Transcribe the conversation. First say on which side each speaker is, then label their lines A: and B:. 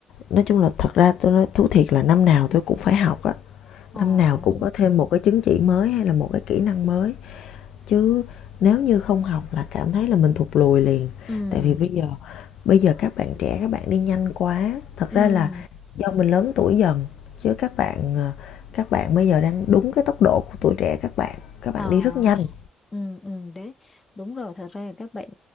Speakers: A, on the left; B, on the left.
A: nói chung là thật ra tôi nói thú thiệt là năm nào tôi cũng phải học á,
B: Ồ.
A: năm nào cũng có thêm một cái chứng chỉ mới hay là một cái kỹ năng mới. chứ nếu như không học là cảm thấy là mình thụt lùi liền
B: Ừ,
A: tại vì bây giờ bây giờ các bạn trẻ các bạn đi nhanh quá thật
B: ừ.
A: ra là do mình lớn tuổi dần chứ các bạn ờ, các bạn bây giờ đang đúng cái tốc độ của tuổi trẻ các bạn các
B: Ờ,
A: bạn đi rất nhanh
B: ừ, ừ, đấy, đúng rồi, thật ra là các bạn